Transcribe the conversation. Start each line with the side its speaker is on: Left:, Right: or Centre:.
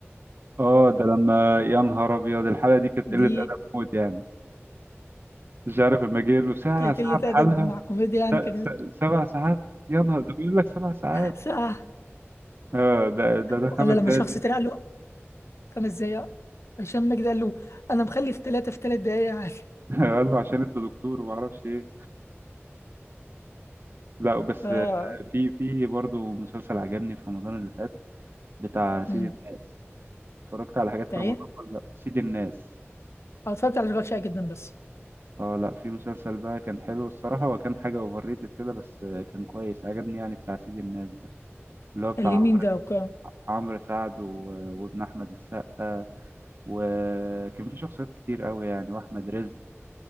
Right: اه ده لما يا نهار أبيض الحلقة دي كانت قلة
Left: دي
Right: أدب موت يعني مش عارف لما جه له ساعة
Left: كانت
Right: ساعة
Left: قلة
Right: بحالها
Left: ادب مع كوميديا يعني
Right: س-
Left: كانت
Right: س- سبع ساعات يا نهار ده بيقول لك سبع ساعات
Left: ساعة
Right: اه ده ده ده
Left: ولا
Right: خمس
Left: لما
Right: دقايق
Left: شخص اتريق له خمس دقايق هشام ماجد قال له انا مخلف ثلاثة في ثلاث دقايق عادي
Right: <laughs> قال له عشان انت دكتور وما اعرفش ايه لا بس
Left: اه
Right: في في برضه مسلسل عجبني في رمضان اللي فات بتاع سيد
Left: امم
Right: الناس اتفرجت على حاجات
Left: ده
Right: في
Left: ايه
Right: رمضان
Left: <laughs>
Right: ولا لا سيد الناس
Left: أنا اتفرجت على اشغال شاقة جدا بس
Right: اه لا في مسلسل بقى كان حلو الصراحة وكان حاجة اوفر ريتد كده بس كان كويس عجبني يعني بتاع سيد الناس ده اللي هو بتاع
Left: قال لي مين
Right: عمرو
Left: ده وكا
Right: عمرو سعد و... وابن احمد السقا وكان في شخصيات كتير قوي يعني واحمد رزق